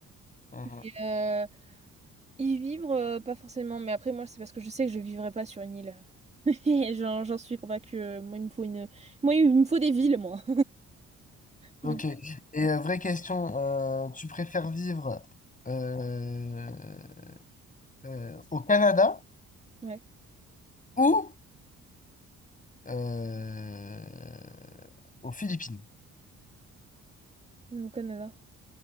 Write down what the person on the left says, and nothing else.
Mhm.
Ok.
Et euh, vraie question, euh, tu préfères vivre euh, euh, au Canada?
ou euh, aux Philippines.